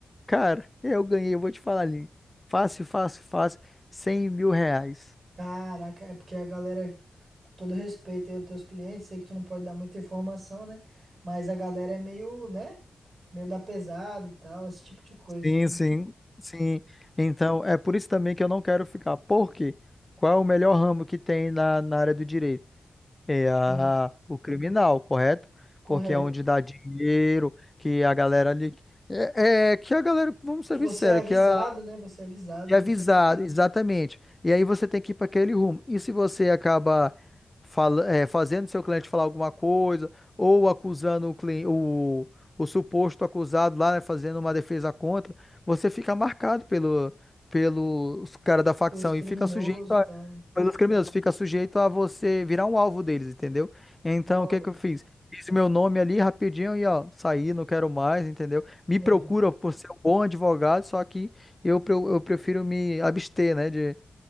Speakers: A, on the left; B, on the right.
A: cara, eu ganhei, eu vou te falar ali, fácil, fácil, fácil, 100 mil reais.
B: Caraca, é porque a galera, com todo respeito aí aos teus clientes, sei que tu não pode dar muita informação, né? Mas a galera é meio, né? Meio da pesada e tal, esse tipo de coisa,
A: Sim,
B: assim.
A: sim, sim. Então, é por isso também que eu não quero ficar. Por quê? Qual é o melhor ramo que tem na, na área do direito? É a,
B: Hum,
A: o criminal, correto?
B: correto.
A: Porque é onde dá dinheiro, que a galera ali. É, é que a galera, vamos ser
B: Que você
A: sinceros,
B: é avisado,
A: que a
B: né? Você é avisado
A: e
B: também
A: avisado, exatamente. E aí você tem que ir para aquele rumo. E se você acaba fala, é, fazendo seu cliente falar alguma coisa, ou acusando o, cli- o, o suposto acusado lá, né, fazendo uma defesa contra, você fica marcado pelo, pelos caras da facção
B: pelos criminosos
A: e fica sujeito a,
B: e tal.
A: pelos criminosos, fica sujeito a você virar um alvo deles, entendeu? Então,
B: Da hora.
A: o que que eu fiz? Fiz meu nome ali rapidinho e ó, saí, não quero mais, entendeu? Me
B: É.
A: procura por ser um bom advogado, só que eu, pre- eu prefiro me abster, né, de,